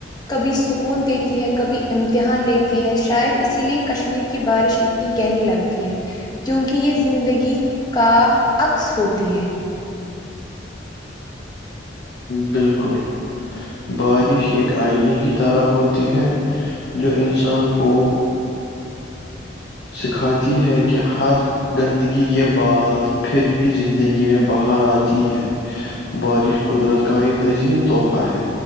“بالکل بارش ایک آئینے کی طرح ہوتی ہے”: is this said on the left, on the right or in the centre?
Left